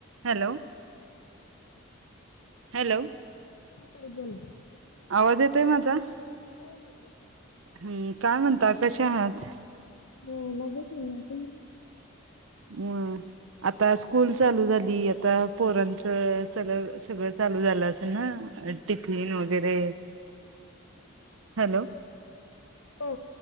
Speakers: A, on the right; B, on the left.
A: Hello.
B: अच्छ.
A: Hello.
B: ह तई बोला
A: आवाज येतय माझा.
B: हो हो.
A: हम् काय म्हणताात कशा आहात.
B: हो मजेत ये तुम्ही?
A: हम्. आता स्कूल चालू झाली आता पोरांचं सळ सगळं चालू झालं असे ना. टिफिन वगैरे हॅलो
B: हो